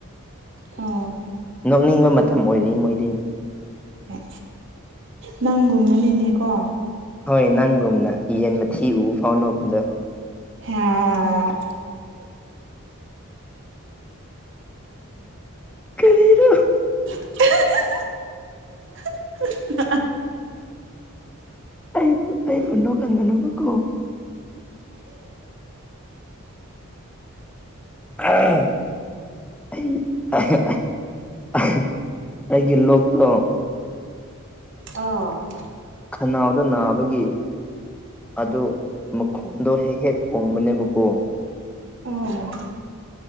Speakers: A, on the right; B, in the centre.
A: ꯍꯣ
B: ꯅꯣꯛꯅꯤꯡꯕ ꯃꯇꯝ ꯑꯣꯏꯔꯤ ꯃꯣꯏꯗꯤ꯫
A: ꯑꯦ ꯅꯪꯒꯨꯝꯕꯅꯤꯅꯦꯀꯣ
B: ꯍꯣꯏ ꯅꯪꯒꯨꯝꯅ ꯌꯦꯟ ꯃ ꯊꯤ ꯎ ꯐꯥꯎꯅꯣꯛꯄꯗꯣ
A: ꯍꯥ
B: ꯀꯔꯤꯔ
A: <unintelligible>
B: ꯑꯩꯕꯨ ꯑꯩꯕꯨꯣꯟ ꯀꯥꯟꯒꯅꯕꯀꯣ ꯑꯩ ꯑꯩꯒꯤ ꯂꯣꯛꯇꯣ
A: ꯑꯣ
B: ꯈꯅꯥꯎꯗ ꯅꯥꯕꯒꯤ ꯑꯗꯨ ꯃꯈꯣꯟꯗꯣ ꯍꯦꯛ ꯍꯦꯛ ꯍꯣꯡꯕꯅꯦꯕꯀꯣ
A: ꯑꯣ